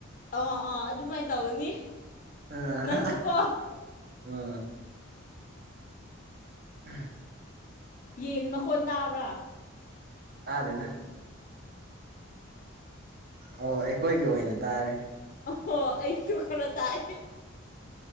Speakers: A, on the left; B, on the right.
A: ꯑꯥ ꯑꯥ ꯑꯗꯨꯃꯥꯏꯅ ꯇꯧꯒꯅꯤ
B: ꯑꯥ
A: ꯅꯪꯁꯨꯀꯣ
B: ꯎꯝ꯫ <inaudible>
A: ꯌꯦꯟ ꯃꯈꯣꯟ ꯇꯥꯕ꯭ꯔ꯫
B: ꯇꯥꯗꯦꯗ꯫ ꯑꯣ ꯑꯩꯈꯣꯏꯒꯤ ꯑꯣꯏꯅ ꯇꯥꯔꯦ꯫
A: ꯑꯍꯣ ꯑꯩꯁꯨ ꯈꯔ ꯇꯥꯏꯑ꯫